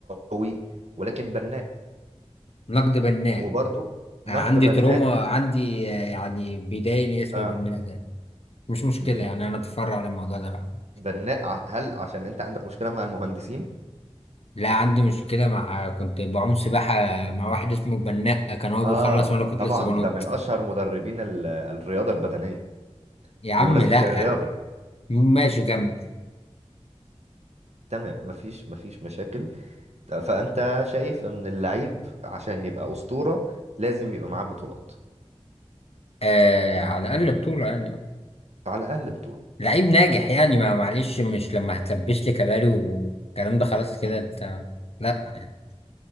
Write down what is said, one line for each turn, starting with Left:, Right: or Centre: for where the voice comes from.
Right: قوي ولكن بناء
Left: نقد بناء
Right: وبرضه نقد
Left: انا عندي
Right: بناء
Left: تروما عندي آه، يعني بيضايقني اسم
Right: آه.
Left: بناء ده مش مشكله
Right: ليه؟
Left: يعني انا اتفرع على الموضوع ده بعد
Right: بناء ع- هل عشان انت عندك مشكلة مع المهندسين
Left: لا عندي مشكله مع كنت بعوم سباحه مع واحد اسمه بناء كان هو
Right: اه
Left: بيخلص وانا كنت
Right: طبعا
Left: لسه بنط
Right: ده من اشهر مدربين ال- الرياضة البدنية
Left: يا عم
Right: بمناسبة
Left: لا
Right: الرياضة
Left: ماشي كمل
Right: تمام مفيش مفيش مشاكل فانت شايف ان اللعيب عشان يبقى أسطورة لازم يبقى معاه بطولات
Left: آه على الاقل بطوله يعني
Right: على الاقل بطولة
Left: لعيب ناجح يعني ما معلش مش لما هتلبش لي كباري والكلام ده خلاص كده
Right: مم.
Left: انت لا